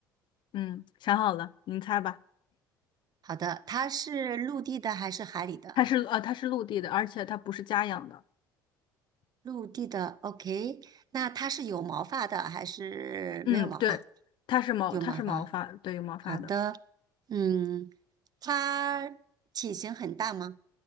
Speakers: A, on the left; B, on the right.
A: 嗯，想好了，您猜吧，
B: 好的，它是陆地的还是海里的？
A: 它是呃，它是陆地的，而且它不是家养的，
B: 陆地的，OK。那它是有毛发的还是没有毛发？
A: 嗯，对，它是毛，
B: 有毛发。
A: 它是毛发，对，有毛发的，
B: 好的，嗯。它体型很大吗？